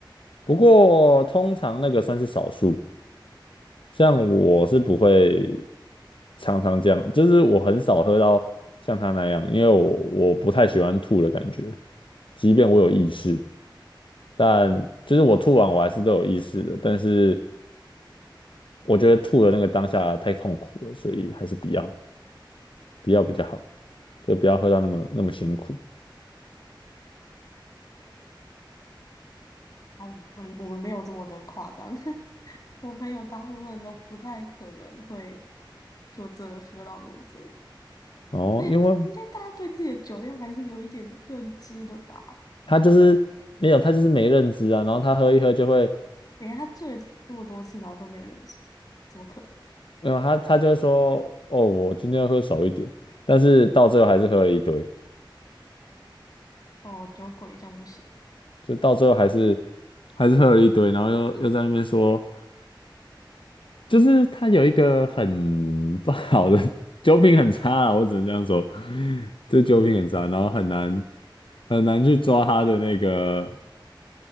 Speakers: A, on the left; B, on the left.
A: 不过通常那个算是少数，像我是不会常常这样，就是我很少喝到像他那样，因为我我不太喜欢吐的感觉，即便我有意识，但就是我吐完我还是都有意识的，但是我觉得吐的那个当下太痛苦了，所以还是不要不要比较好，就不要喝到那么那么辛苦。
B: 好，我们我们没有这么的夸张。<laughs> 我朋友大部分都不太可能会就真的喝到那么醉，
A: 哦，
B: 而且应该大家对自己的酒量还是有一点认知的吧？
A: 因为他就是没有，他就是没认知啊，然后他喝一喝就会，
B: 等一下他醉了这么多次，然后都没有认知，怎么可能？
A: 没有他他就会说，哦，我今天要喝少一点，但是到最后还是喝了一堆。
B: 哦，酒鬼这样不行。
A: 就到最后还是还是喝了一堆，然后又又在那边说，就是他有一个很不好的 <laughs> 酒品很差啊，我只能这样说，这酒品很差，然后很难很难去抓他的那个